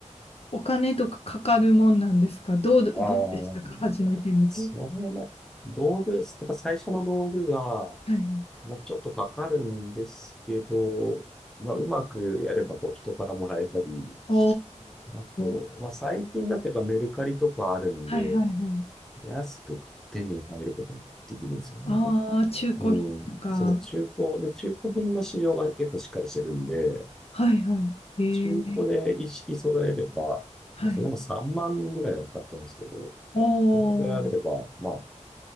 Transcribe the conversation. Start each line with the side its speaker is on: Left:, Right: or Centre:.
Left: お金とかかかるもんなんですかどう、どうでしたか始めてみて。
Centre: ああ、まあそれも、道具、やっぱ最初の道具が、
Left: はい。
Centre: まあ、ちょっとかかるんですけど、まあ、うまくやればこう人からもらえたり、
Left: お
Centre: あと、
Left: ー。
Centre: まあ、最近だとやっぱメルカリとかあるんで、
Left: はいはいはい。
Centre: 安く手に入ることができるんですよね。
Left: ああ、中古品とか。
Centre: うん、そう、中古、で、中古品の市場が結構しっかりしてるんで、
Left: はいはい。ええ
Centre: 中古で一式揃えれば、
Left: はい。
Centre: まあ、それでも3万人ぐらいはかかっちゃうんですけど、
Left: お
Centre: それであれば、
Left: ー。
Centre: まあ、